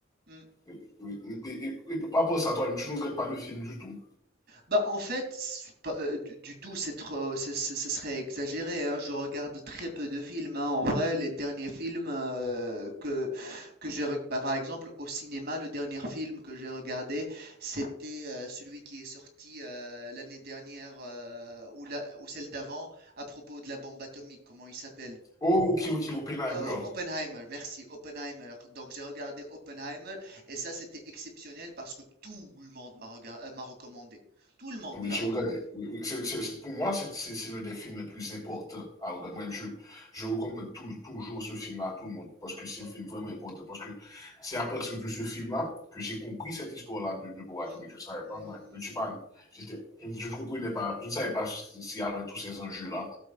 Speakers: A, on the right; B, on the left.
A: mm.
B: Oui, oui, et, et- et par rapport à ça, toi, tu ne regrettes pas le film du tout?
A: Bah, en fait, c'est pas, heu, du du tout, c'est trop ce ce ce serait exagéré, hein. Je regarde très peu de films, hein. En vrai, les derniers films, heu, que que j'ai reg bah, par exemple, au cinéma, le dernier film que j'ai regardé, c'était, heu, celui qui est sorti, heu, l'année dernière, heu, ou la ou celle d'avant, à propos de la bombe atomique. Comment il s'appelle?
B: Oh, ok, ok, Oppenheimer.
A: Heu, Op Oppenheimer, merci, Oppenheimer. Donc j'ai regardé Oppenheimer et ça, c'était exceptionnel parce que tout le monde m'a regar heu, m'a recommandé. Tout le monde
B: Oui,
A: me l'a
B: j'ai
A: recommandé.
B: regardé. Oui, oui. C'est- c'est- pour moi, c'est c'est- c'est l'un des films les plus importants à regarder. Moi, je, je recommande tou- toujours ce film-là à tout le monde parce que c'est un film vraiment important. Parce que c'est à partir de ce film-là que j'ai compris cette histoire-là de, de Borat
A: Mm.
B: Atomique. Je ne savais
A: Mm.
B: pas, moi. Je ne suis pas, j'étais- je ne je ne comprenais pas. Je ne savais pas si s'il y avait tous ces enjeux-là,